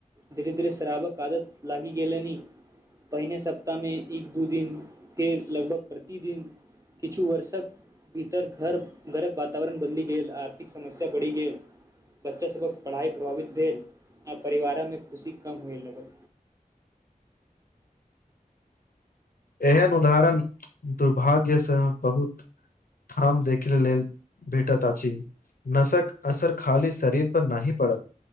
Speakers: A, on the right; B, on the left.
A: धीरे धीरे शराबक आदत लागी गेलनी। पहिने सप्ताहमे एक दू दिन फेर लगभग प्रतिदिन किछु वर्षक भीतर घर घरक वातावरण बदलि गेल आर्थिक समस्या बढ़ि गेल बच्चा सभक पढ़ाइ प्रभावित भेल आ परिवारमे खुशी कम होइ लगल।
B: एहन उदाहरण दुर्भाग्यसँ बहुत ठाम देखे लेल भेटत अछि। नशक असर खाली शरीर पर नाहि पड़त